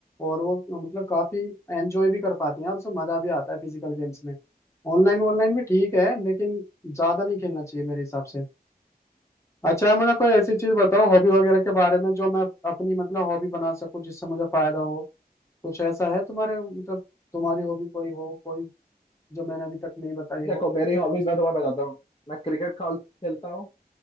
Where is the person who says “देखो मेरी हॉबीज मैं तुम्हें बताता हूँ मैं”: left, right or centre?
Left